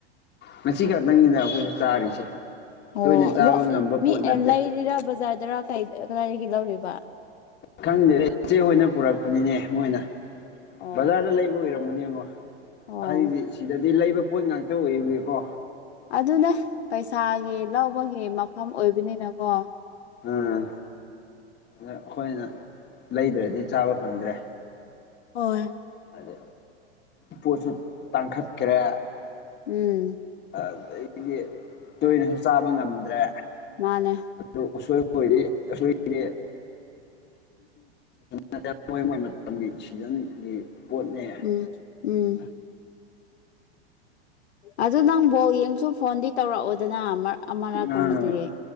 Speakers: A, on the left; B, on the left.
A: ꯉꯁꯤ ꯈꯛꯇꯪꯅꯤꯗ ꯑꯩꯈꯣꯏꯁ ꯆꯥꯔꯤꯁꯦ
B: ꯑꯣ
A: ꯇꯣꯏꯅ ꯆꯥꯕ
B: ꯂꯣ
A: ꯉꯝꯕ
B: ꯃꯤ
A: ꯄꯣꯠ ꯅꯠꯇꯦ
B: ꯑꯦ ꯂꯩꯔꯤꯔꯥ ꯕꯖꯥꯔꯗꯔꯥ ꯀꯩ ꯀꯗꯥꯏꯗꯒꯤ ꯂꯧꯔꯤꯕ
A: ꯈꯪꯗꯦ ꯏꯆꯦ ꯍꯣꯏꯅ ꯄꯨꯔꯛꯄꯅꯤꯅꯦ ꯃꯣꯏꯅ
B: ꯑꯣ
A: ꯕꯖꯥꯔꯗ ꯂꯩꯕ ꯑꯣꯏꯔꯝꯒꯅꯦ ꯑꯃ
B: ꯑꯣ
A: ꯑꯍꯟꯗꯤ ꯁꯤꯗ ꯑ ꯂꯩꯕ ꯄꯣꯠ ꯉꯥꯛꯇ ꯑꯣꯏꯕꯒꯀꯣ
B: ꯑꯗꯨꯅꯦ ꯄꯩꯁꯥꯒꯤ ꯂꯧꯕꯒꯤ ꯃꯐꯝ ꯑꯣꯏꯕꯅꯤꯅꯀꯣ
A: ꯎꯝ ꯑꯩꯈꯣꯏꯅ ꯂꯩꯗ꯭ꯔꯗꯤ ꯆꯥꯕ ꯐꯪꯗ꯭ꯔꯦ
B: ꯍꯣꯏ
A: ꯑꯗ ꯄꯣꯠꯁꯨ ꯇꯥꯡꯈꯠꯈ꯭ꯔꯦ
B: ꯎꯝ
A: ꯑꯗꯨꯗꯒꯤꯗꯤ ꯇꯣꯏꯅꯁꯨ ꯆꯥꯕ ꯉꯝꯗ꯭ꯔꯦ
B: ꯃꯥꯅꯦ
A: ꯑꯗꯨ ꯑꯁꯣꯏꯕ ꯑꯣꯏꯔ ꯑꯁꯣꯏꯔ ꯅꯠꯇꯦ ꯃꯣꯏ ꯃꯣꯏ ꯃꯇꯝꯒꯤ ꯁꯤꯖꯟꯒꯤ ꯄꯣꯠꯅꯦ
B: ꯎꯝ ꯎꯝ ꯑꯗꯨ ꯅꯪꯕꯣ ꯌꯦꯡꯁꯨꯨꯝ ꯐꯣꯟꯗꯤ ꯇꯧꯔꯛꯑꯣꯗꯅ ꯑꯃꯔꯛꯀꯨꯝꯕꯗꯨꯗꯤ
A: ꯅꯪ